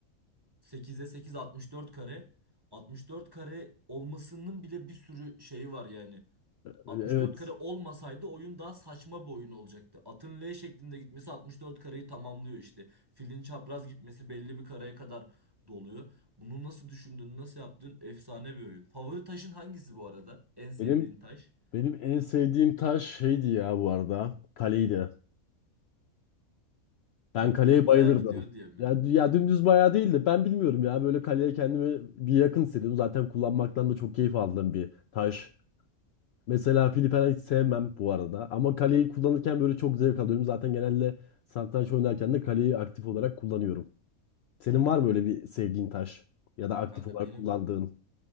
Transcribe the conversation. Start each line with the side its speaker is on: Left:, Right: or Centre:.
Right: 8'e 8 64 kare. 64 kare olmasının bile bir sürü şeyi var yani.
Left: Evet.
Right: 64 kare olmasaydı oyun daha saçma bir oyun olacaktı. Atın L şeklinde gitmesi 64 kareyi tamamlıyor işte. Filin çapraz gitmesi belli bir kareye kadar doluyor. Bunu nasıl düşündün, nasıl yaptın? Efsane bir oyun. Favori taşın hangisi bu arada? En sevdiğin
Left: Benim
Right: taş?
Left: benim en sevdiğim taş şeydi ya bu arada. Kaleydi.
Right: Ha,
Left: Ben kaleye
Right: düz
Left: bayılırdım.
Right: bayağı gidiyor diye mi?
Left: Ya, ya dümdüz bayağı değildi. Ben bilmiyorum ya. Böyle kaleye kendimi bir yakın hissediyorum. Zaten kullanmaktan da çok keyif aldığım bir taş. Mesela fili falan hiç sevmem bu arada. Ama kaleyi kullanırken böyle çok zevk alıyorum. Zaten genelde satranç oynarken de kaleyi aktif olarak kullanıyorum. Senin var mı öyle bir sevdiğin taş? Ya da aktif
Right: Kanka
Left: olarak
Right: benim
Left: kullandığın?